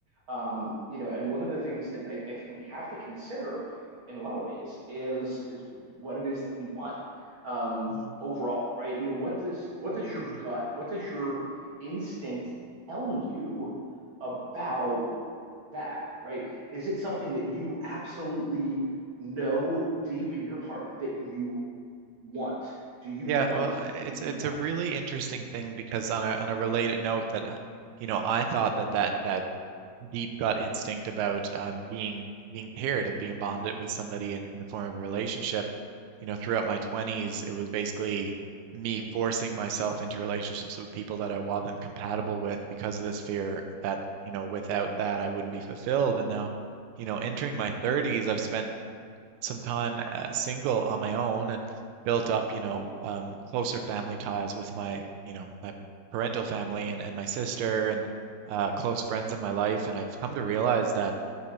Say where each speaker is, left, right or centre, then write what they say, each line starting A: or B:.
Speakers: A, on the right; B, on the right.
A: Um, you know, and one of the things that I, I think we have to consider in a lot of ways is is what it is that we want um,
B: Mm,
A: overall, right? You know, what does what does your
B: mm.
A: gut, what does your instinct tell you about that, right? Is it something that you absolutely know deep in your heart that you want? Do you
B: Yeah,
A: want
B: well, it's
A: to do
B: it's
A: that?
B: a really interesting thing because on a on a related note that uh, you know I thought that that that deep gut instinct about um, being being paired and being bonded with somebody in, in the form of a relationship. You know, throughout my 20s, it was basically me forcing myself into relationships with people that I wasn't compatible with because of this fear that, you know, without that I wouldn't be fulfilled. And now, you know, entering my 30s, I've spent some time uh, single on my own and built up, you know, um, closer family ties with my, you know, my parental family and, and my sister and uh, close friends in my life. And I've come to realize that